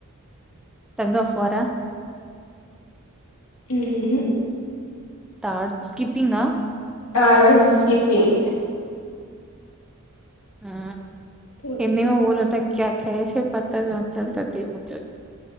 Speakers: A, in the centre; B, on the left.
A: తగ్గా ఫార
B: హ్మ్ హు
A: తాడ్ స్కిప్పింగ్ ఆ
B: ఆ రైట్ స్కీప్పింగ్
A: ఆ
B: హ్మ్.
A: ఎన్నివ ఉలతా క్యా కసే పత చతత ము